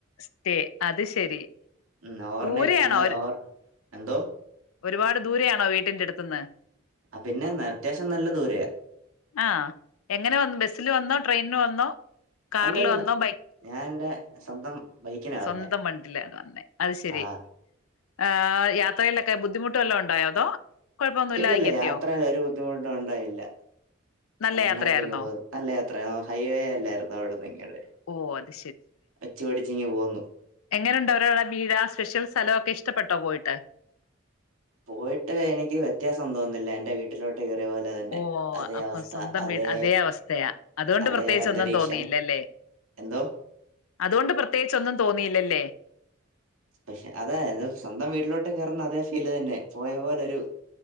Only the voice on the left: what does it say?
സ്റ്റേ അത് ശരി
ദൂരെയാണോ
ഒരു-
ഒരുപാട് ദൂരയാണോ വീട്ടിൻ്റെടുത്ത്ന്ന്?
ആഹ് എങ്ങനെ വന്നു? ബസിൽ വന്നോ, ട്രെയിനിൽ വന്നോ, കാറില്
വന്നോ, ബൈക്ക്
സ്വന്തം
വണ്ടിലാണ് വന്നെ. അത് ശരി.
ഈഹ് യാത്രയിലൊക്കെ ബുദ്ധിമുട്ടുവല്ലോം ഉണ്ടായോ? അതോ കുഴപ്പമൊന്നുമില്ലാതെ
ഇങ്ങെത്തിയോ
നല്ല
യാത്രയായിരുന്നോ
ഓ അത്
എങ്ങനുണ്ട് അവരടെ വീര സ്പെഷ്യൽ സ്ഥലോക്കെ ഇഷ്ടപ്പെട്ടോ പോയിട്ട്?
ഓ
അപ്പൊ
സ്വന്തം
വീട് അവസ്ഥയാ അതുകൊണ്ട്
പ്രത്യേകിച്ചൊന്നും
തോന്നിയില്ലല്ലേ
അതുകൊണ്ട് പ്രത്യേകിച്ചോന്നും തോന്നിയില്ലല്ലേ.